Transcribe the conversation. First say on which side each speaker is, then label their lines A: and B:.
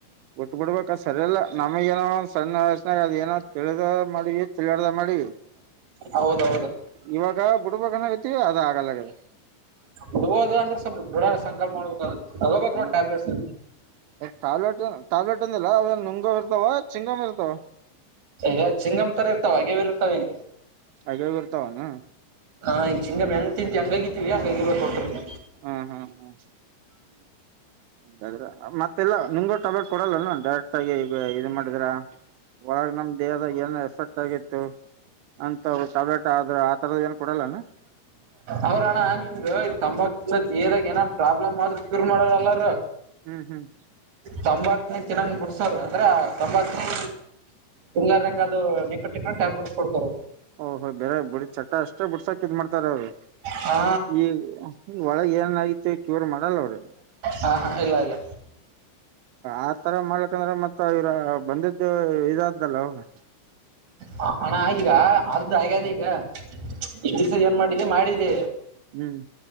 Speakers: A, on the right (about 85°); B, on the right (about 40°).
A: ಬಿಟ್ ಬಿಡ್ಬೇಕ ಸರಿಯಲ್ಲ ನಮಗ ಏನೋ ಒಂದ ಸಣ್ಣ ವಯಸನ್ಯಾಗ ಏನೋ. ತಿಳದ ಮಾಡಿ ತಿಳಲಾರದ ಮಾಡಿ.
B: ಹೌದ ಹೌದ.
A: ಇವಾಗ ಬುಡಬೇಕ್ ಅನ್ನಕುತ್ತೇವ ಅದ ಆಗಲ್ಲಗದೆ.
B: ಹೋಗೋದ ಅಂದ್ರೆ ಸ್ವಲ್ಪ ದೃಢ ಸಂಕಲ್ಪ ಮಾಡ್ಬೇಕ ತಗೋಬೇಕು
A: ಹ್ಮ್
B: ನೋಡ ಟ್ಯಾಬ್ಲೆಟ್ಸ್.
A: ಟ್ಯಾಬ್ಲೆಟ್ ಏ ಟ್ಯಾಬ್ಲೆಟ್ ಅಂದಿಲ್ಲ ಅವ ನುಂಗವ್ ಇರ್ತಾವ ಚಿಂಗಮ್ಮ್ ಇರ್ತಾವ.
B: ಈಗ ಚಿಂಗಮ ತರ ಇರ್ತಾವ ಅಗೇವ ಇರ್ತಾವ ಹಿಂಗ.
A: ಅಗವ್ ಇರ್ತಾವನ
B: ಹಾ ಈಗ ಚಿಂಗಮ ಹೆಂಗ ತಿಂತೇವ ಹಂಗ್ ಅಗಿತೀವಿ ಹಂಗ ಅಗಿಬೇಕ್ ಅವತುರ್ಣ.
A: ಹ್ಮ್ ಹ್ಮ್ ಹ್ಮ್. ಹಾಗಾದ್ರ ಮತ್ತೆಲ್ಲ ನಿಂಗಗೂ ಟಬ್ಯಾಟ್ ಕೊಡಲ್ಲನು ಡೈರೆಕ್ಟ್ ಆಗಿ ಈಗ ಇಡ ಮಾಡಿದ್ರ. ಒಳಗ್ ನಮ್ ದೇಹದಾಗ ಏನ್ ಎಫೆಕ್ಟ್ ಆಗಿತ್ತು. ಅಂತವ ಟಬ್ಲೆಟ್ ಆದ್ರ ಆ ತರದ ಏನು ಕೊಡಲ್ಲಾನ.
B: ಅವ್ರಣ್ಣ ನಿಮ್ದು ತಂಬಾಕ ತಿಂದರ ದೇಹದಾಗ ಏನಾದಾರರು ಪ್ರಾಬ್ಲಮ್ ಆದ್ರರು ಕೂರ್ ಮಾಡಾರಲ್ಲಾರ.
A: ಹ್ಮ್ ಹ್ಮ್.
B: ತಂಬಾಕಿನಿ ಚೆನ್ನಾಗ್ ಬಿಡ್ಸಾರ ಅಂದ್ರೆ ತಂಬಾಕಿನ. ತುಂಗಾರಂಗಗೆ ಅದು ನಿಕಟ್ಟಿನ ಟ್ಯಾಬ್ಲೆಟ್ಸ್ ಕೊಡ್ತಾರ.
A: ಓಹ ಹೊ ಬೇರೆ ಬಿಡ ಚಟ್ಟ ಅಷ್ಟೇ ಬಿಡ್ಸಕ್ ಇದ್ ಮಾಡ್ತಾರ ಅವರು
B: ಹಾ
A: ಈಗ. ಈ ಒಳಗೆ ಏನ್ ಐತೆ ಕ್ಯೂರ್ ಮಾಡಲ್ಲ ಅವ್ರ.
B: ಹಾ ಹಾ ಇಲ್ಲ ಇಲ್ಲ.
A: ಆತರ ಮಾಡ್ಲಕಂದ್ರೆ ಮತ್ತ ಇವ್ರ ಬಂದ್ದು ಇದಾದ್ದಲ್ಲ ಅವರ್ದ.
B: ಹ ಅಣ್ಣಾ ಈಗ ಅರ್ಥ ಆಗ್ಯದ ಈಗ ಈ
A: ಹ್ಮ್
B: ದಿವ್ಸ ಏನ್ ಮಾಡಿದ್ದ ಮಾಡಿದ್ದ.
A: ಹ್ಮ್.